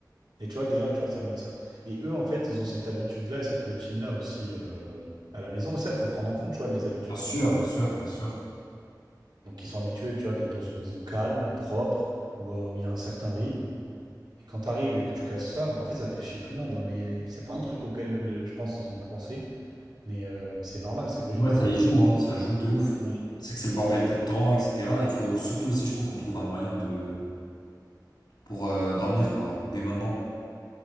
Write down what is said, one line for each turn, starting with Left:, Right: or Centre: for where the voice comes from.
Right: Et tu vois, déjà, tu vois, ça mène ça. Et eux, en fait, ils ont cette habitude-là et cette routine-là aussi euh, à la maison. Et ça, il faut prendre en compte, tu vois, les habitudes
Left: Bien sûr,
Right: qu'ils ont.
Left: bien sûr, bien sûr.
Right: Donc, ils sont habitués, tu vois, d'être dans une maison calme, propre, où euh, où il y a un certain rythme. Et quand tu arrives et que tu casses ça, en fait, ça fait chier tout le monde. hein. mais c'est pas un truc auquel, euh, je pense, ils ont pensé. Mais, euh, mais c'est normal, c'est logique,
Left: Ouais, ça
Right: en fait.
Left: y
Right: hein.
Left: joue, hein, ça joue de ouf.
Right: Mm.
Left: C'est que c'est le bordel tout le temps, etc. Il faut surtout aussi, je trouve, qu'on trouve un moyen de... pour euh, dormir, quoi, dès maintenant.